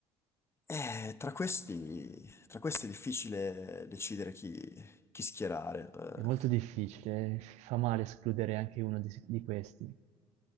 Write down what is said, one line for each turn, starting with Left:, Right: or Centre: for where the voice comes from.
Left: Eh, tra questi, tra questi è difficile decidere chi, chi schierare. eh.
Right: È molto difficile, f- fa male escludere anche uno di, di questi.